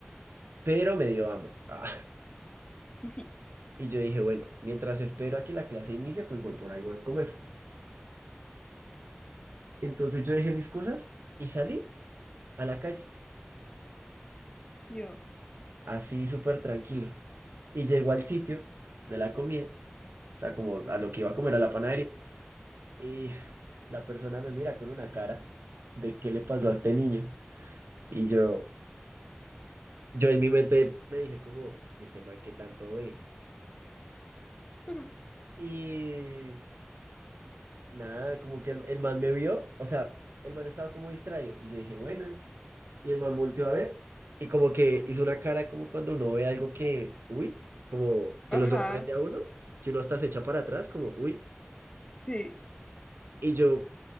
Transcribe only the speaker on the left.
<laughs>
Dios.
<laughs>
Ajá,
sí.